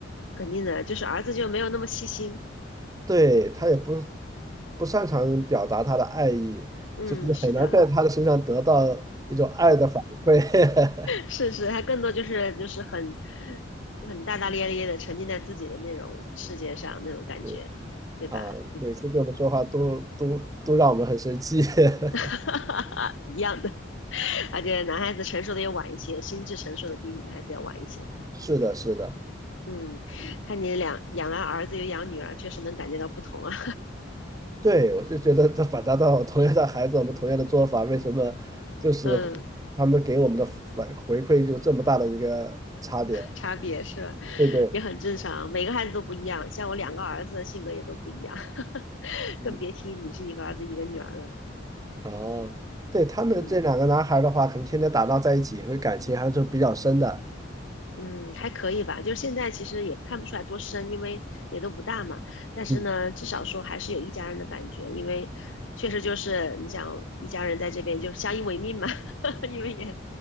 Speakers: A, on the left; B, on the right.
A: 肯定的，就是儿子就没有那么细心，
B: 对，他也不不擅长表达他的爱意，
A: 嗯，
B: 就是很难在他的身上得到一种爱的反馈。
A: 是的。是是，他更多就是就是很很大大咧咧的沉浸在自己的那种世界上那种感觉，
B: <laughs>
A: 对吧？
B: 啊，每次跟我们说话都都都让我们很生气。<laughs>
A: <laughs> 一样的，而且男孩子成熟的也晚一些，心智成熟的比女孩子要晚一些。
B: 是的，是的，
A: 嗯，看你两养了儿子又养女儿，确实能感觉到不同啊。
B: 对，我就觉得这反差到我同样的孩子，我们同样的做法，为什么就是
A: <laughs> 嗯，
B: 他们给我们的反回馈就这么大的一个差别？
A: 差别是吧？
B: 对对，
A: 也很正常，每个孩子都不一样。像我两个儿子性格也都不一样，<laughs>
B: 嗯，
A: 更别提你是一个儿子一个女儿了。
B: 哦，对，他们这两个男孩儿的话，
A: 嗯。
B: 可能天天打闹在一起，会感情还是比较深的。
A: 嗯，还可以吧，就是现在其实也看不出来多深，因为也都不大嘛。但是呢，
B: 嗯
A: 至少说还是有一家人的感觉，因为确实就是你想一家人在这边就相依为命嘛，<laughs> 因为也